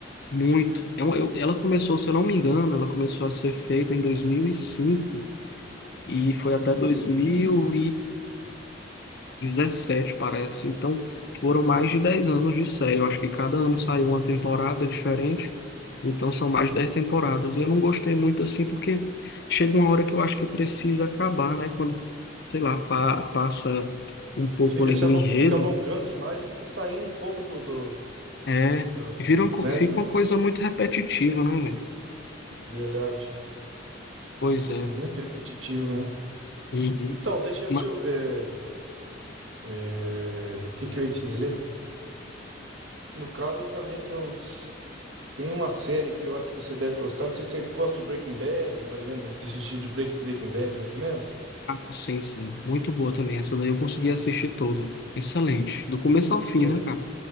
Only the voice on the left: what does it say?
muito. Eu, eu- ela começou, se eu não me engano, ela começou a ser feita em dois mil e cinco e foi até dois mil dezessete parece. Então, foram mais de 10 anos de série. Eu acho que cada ano saiu uma temporada diferente. Então, são mais de 10 temporadas. Eu não gostei muito assim, porque chega uma hora que eu acho que precisa acabar, né? Quando, sei lá, pa- passa um pouco
ali
do
enredo,
é,
vira uma co-
fica
uma coisa muito repetitiva, né, velho?
Pois é.
Uhum.
Ma-
ah, sim, sim. Muito boa também. Essa daí eu consegui assistir toda. Excelente. Do começo ao fim,
né, cara?